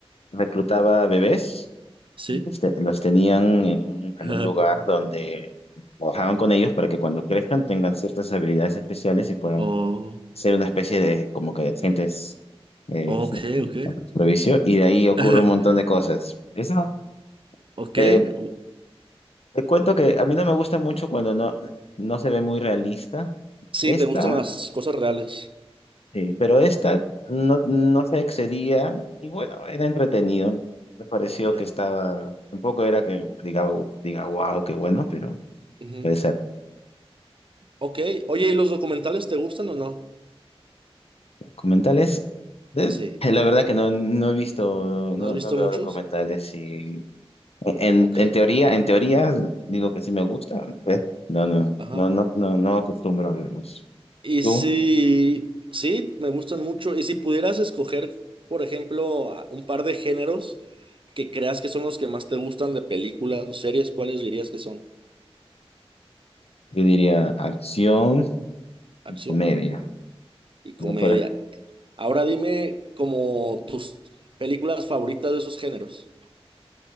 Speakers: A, on the left; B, on the right.
A: reclutaba bebés
B: Sí.
A: y los, te- los tenían en un, en
B: <laughs>
A: un lugar donde trabajaban con ellos para que cuando crezcan tengan ciertas habilidades especiales y puedan
B: O
A: ser una especie de como que de agentes eh,
B: Ok,
A: <laughs>
B: ok.
A: provicio y de ahí ocurre
B: <laughs>
A: un montón de cosas. eso
B: Ok.
A: eh,
B: o-
A: te cuento que a mí no me gusta mucho cuando no, no se ve muy realista.
B: Sí,
A: Esta,
B: te gustan las cosas reales.
A: sí, pero esta no, no se excedía y bueno, era entretenido. Me pareció
B: Ya
A: que
B: veo.
A: estaba, tampoco era que diga, diga wow, qué bueno, pero
B: Ujú.
A: puede ser.
B: Ok. Oye, ¿y los documentales te gustan o no?
A: Documentales, de-
B: Sí.
A: <laughs> la verdad que no, no he visto, no,
B: ¿No has visto
A: no veo
B: muchos?
A: documentales y En,
B: Ok.
A: en teoría, en teoría, digo que sí me gusta. eh, No, no,
B: Ajá.
A: no, no, no, no acostumbro a verlos.
B: Y
A: Tú,
B: si... Sí, me gustan mucho. Y si pudieras escoger, por ejemplo, a- un par de géneros que creas que son los que más te gustan de películas o series, ¿cuáles dirías que son?
A: yo diría acción,
B: Acción
A: comedia.
B: y comedia.
A: Eh, por ej-
B: Ahora dime como tus películas favoritas de esos géneros.